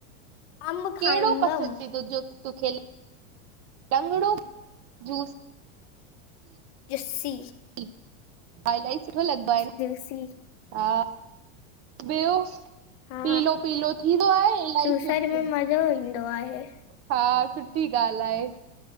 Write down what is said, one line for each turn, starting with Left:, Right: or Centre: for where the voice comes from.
Left: अंब खाईंदमि
Right: केहड़ो पसंद ती तोहखे? तोखे लंगड़ो जूस
Left: किस्सी
Right: <unintelligible> सुठो लॻदो आहे न?
Left: जूसी
Right: हा ॿियो
Left: हा
Right: पीलो पीलो थींदो आहे इलाही
Left: जूसर
Right: सुठो।
Left: में मज़ो ईंदो आहे
Right: हा सुठी ॻाल्ह आहे।